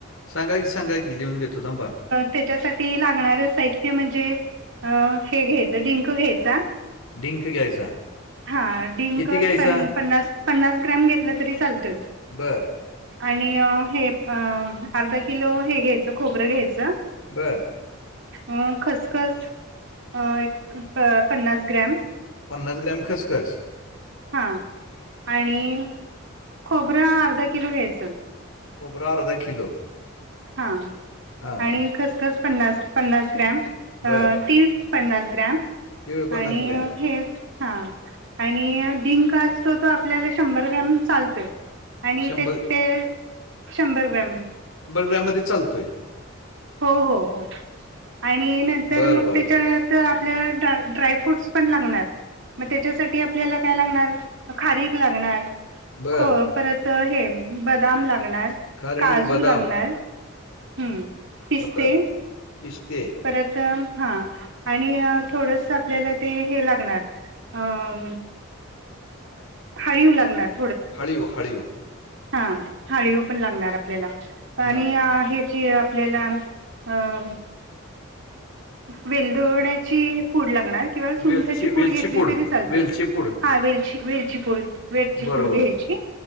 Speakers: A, on the left; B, on the right.
A: सांगा की सांगा की लिहूंन घेतो थांबा
B: त्यांच्यासाठी लागणारं साहित्य म्हणजे हे घ्यायचं डिंक घ्यांयचा
A: डिंक घ्यायचा
B: हां डिंक
A: किती घ्यायचा
B: पन्नास ग्रॅम घेतंल तरी चालतं
A: बर
B: आणि हे अर्धा किलो हे घ्यायचं खोबरं घ्यायचं
A: बरं
B: अं खसंखसं एक पन्नास ग्रॅम
A: पन्नास ग्रॅम खसंखसं
B: हां आणि खोबरं अर्धा किलो घ्यायचं
A: खोबरं अर्धा किलो
B: हां
A: हां
B: आणि खसंखसं पन्नास पन्नास ग्रॅम
A: बर
B: ती पन्नास ग्रॅम
A: तीळ पन्नास
B: आणि
A: ग्रॅम
B: हे हां आणि डिंक असतोय तो आपल्यांला शंभर ग्रॅम चालतोय आणि
A: शंभर
B: ते ते शंभर ग्रॅम
A: बडगड्यांमध्यें चालतोय
B: हो हो हो आणि नंतर
A: बर
B: मंग
A: बर
B: तेच्यांत
A: बर
B: तरं आपल्यांला ड्राय ड्राय फ्रूटस पणं लागणारं मंग त्यांच्यासाठी आपल्यांला कायं लागणारं खारीक लागणारं
A: बर
B: हो परंत हे बदांम लागणारं
A: खारीक
B: कांजू
A: बदाम
B: लागणारं हम्मं पिस्ते
A: बर पिस्ते
B: परंत हां आणि अं थोडंसं आपल्यांला ते हे लागणारं अं हांळीव लागणारं
A: हांळीव हांळीव
B: हां हांळीव पणं लागणारं आपल्यांला
A: हां
B: आणि हे ते आपल्यांला अं वेलदोड्याची पूड लागणार. किंवा सुंठची
A: वेलची
B: पूड
A: वेलची
B: घेतली तरी चालते.
A: वेलची पूड
B: हा वेलची वेलची पूड. वेलची
A: बरोबर
B: पूड घ्यायची.